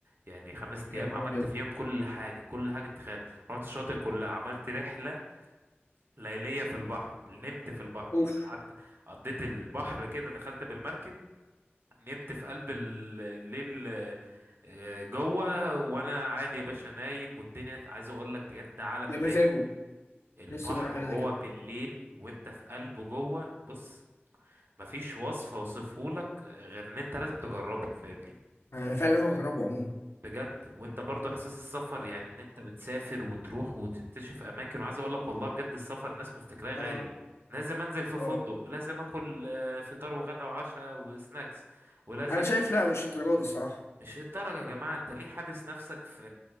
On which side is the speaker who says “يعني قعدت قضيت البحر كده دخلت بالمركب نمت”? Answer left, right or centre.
Right